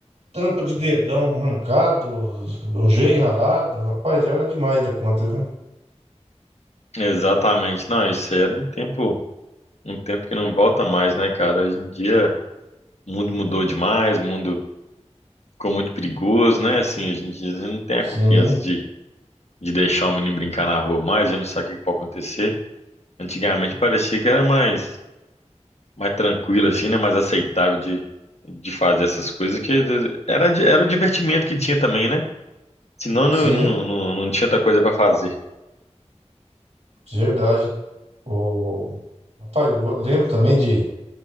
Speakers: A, on the right; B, on the left.
A: tampa de dedão arrancado, joelho ralado. Rapaz, era demais da conta, viu?
B: Exatamente. Não, isso era um tempo, um tempo que não volta mais, né, cara? Hoje em dia o mundo mudou demais, o mundo ficou muito perigoso, né? Assim, a gente, a gente não tem
A: Sim,
B: a confiança de, de deixar o menino brincar na rua mais, a gente não sabe o que que pode acontecer. Antigamente parecia que era mais mais tranquila, assim, né? Mais aceitável de, de fazer essas coisas, que era, de- era o divertimento que tinha também, né? Senão não,
A: sim,
B: não, não, não tinha outra coisa para fazer.
A: de verdade. O... Rapaz, eu go- lembro também de,